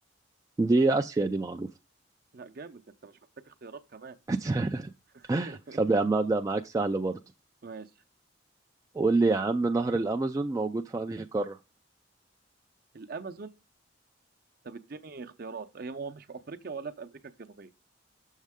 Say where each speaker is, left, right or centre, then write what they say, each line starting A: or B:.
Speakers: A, on the right; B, on the right.
A: دي آسيا دي معروفة
B: لا جامد ده انت مش محتاج اختيارات كمان
A: <laughs>
B: <laughs>
A: طب يا عم ابدأ معاك سهل برضو
B: ماشي
A: قول لي يا عم نهر الأمازون موجود في أنهي قارة
B: الامازون طب اديني اختيارات هي هو مش في افريقيا ولا في امريكا الجنوبية